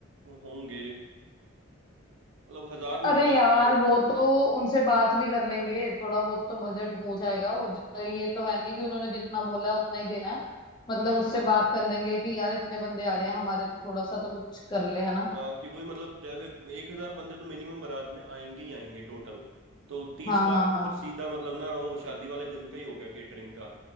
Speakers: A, on the right; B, on the left.
A: होंगे मतलब हजार
B: अरे
A: मेहमान
B: यार
A: तो
B: वो तो उनसे बात भी कर लेंगे थोड़ा बहुत तो बजट हो जाएगा वो जितना ये तो है नहीं कि उन्होंने जितना बोला है उतना ही देना है मतलब
A: हाँ
B: उससे
A: हाँ
B: बात कर लेंगे कि यार इतने बंदे आ रहे हैं हमारे तो थोड़ा सा तो कुछ कर ले है ना
A: हाँ कि वही मतलब जैसे एक हजार बंदे तो मिनिमम बारात में आएंगे ही आएंगे टोटल तो तीस
B: हाँ
A: लाख
B: हाँ
A: तो
B: हाँ
A: फिर सीधा मतलब ना वो शादी वाले दिन का ही हो गया केटरिंग का